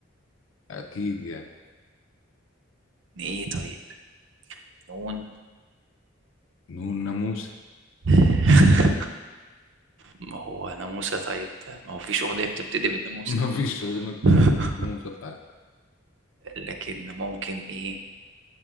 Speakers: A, on the left; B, on the right.
A: اكيد يعني
B: ايه طيب نون
A: نون ناموس
B: <laughs> ما هو ناموسه طيب ما هو فيش اغنيه بتبتدي بالناموسه
A: <laughs> مفيش اغنية بتبتدي
B: <laughs>
A: بناموس فعلا
B: لكن ممكن ايه